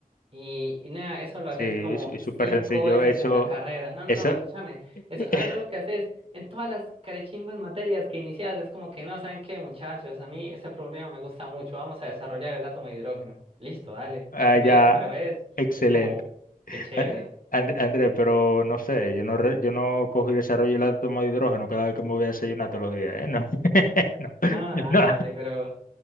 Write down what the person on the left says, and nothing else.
Sí,
es
es súper
sencillo.
Eso,
eso,
<laughs>
ah,
ya,
excelente.
Ah, And- Andrés, pero no sé, yo no, re- yo no cojo y desarrollo el átomo de hidrógeno cada vez que me voy a desayunar todos los días, ¿eh? No, <laughs> no,
no.